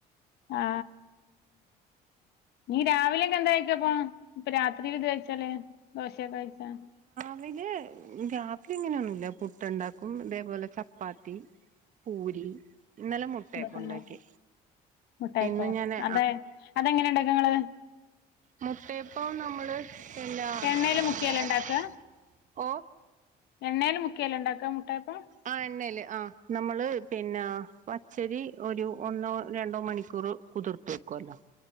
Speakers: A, on the left (about 80°); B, on the right (about 50°).
A: ആ നീ രാവിലൊക്കെ എന്താഴിക്കപ്പോ ഇപ്പ രാത്രില് ഇത് കഴച്ചാല് ദോശ ക്ക് കഴിച്ചാ
B: ന്നില് ഉം രാത്രിങ്ങനെയൊന്നുല്ല പുട്ട് ണ്ടാക്കും തേപോലെ ചപ്പാത്തി പൂരി ഇന്നലെ മുട്ടയപ്പം
A: ന്തൊക്കെണ്ടാ
B: ഉണ്ടാക്കി
A: മുട്ടയപ്പോ
B: ഇന്ന് ഞാന്
A: അതെ അതെങ്ങനെയുണ്ടാക്കങ്ങള്
B: മുട്ടയപ്പംനമ്മള് <unintelligible>
A: എണ്ണേല് മുക്കിയല്ലേ ഉണ്ടാക്കുക
B: ഓ
A: എണ്ണേല് മുക്കിയല്ലേ ഇണ്ടാക്കാ മുട്ടായപ്പം
B: ആ എണ്ണേല് ആ നമ്മള് പിന്നെ പച്ചരി ഒരു ഒന്നോ രണ്ടോ മണിക്കൂർ കുതിർത്ത് വെക്കു അല്ലോ